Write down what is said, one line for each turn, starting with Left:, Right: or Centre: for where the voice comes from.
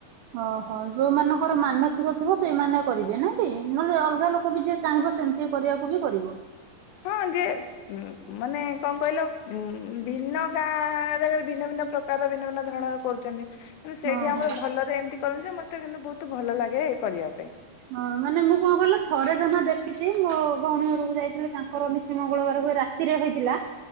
Right: ଓହୋ ଯୋଉମାନଙ୍କର ମାନସିକ ଥିବ ସେଇମାନେ କରିବେ ନାଇଁ କି ନହେଲେ ଅଲଗା ଲୋକ ବି ଯିଏ ଚାହିଁବ ସେମି ତି କରିବାକୁ ବି କରିବ।
Left: ହଁ ଯେ ଉଁ ମାନେ କଣ କହିଲ ଉ ଭିନ୍ନ ଗାଁ ଆରେ ଭିନ୍ନ ଭିନ୍ନ ପ୍ର ପ୍ରକାର ଭିନ୍ନ ଭନ୍ନ ଧରଣର କରୁଛନ୍ତି। ମାନେ ସେଇଠି
Right: ହଁ
Left: ଆମର
Right: ହଁ।
Left: ଭଲରେ ଏମିତି କରନ୍ତି ଯେ ମତେ କିନ୍ତୁ ବୋହୁତ ଭଲ ଲାଗେ କରିବା ପାଇଁ।
Right: ହଁ ମାନେ ମୁଁ କଣ କଇଲ ଥରେ ଜମା ଦେଖିଛି ମୋ ଭଉଣୀ ଘରକୁ ଯାଇଥିଲି ତାଙ୍କର ନିଶିମ ମଙ୍ଗଳବାର ହୁଏ ରାତିରେ ହେଇଥିଲା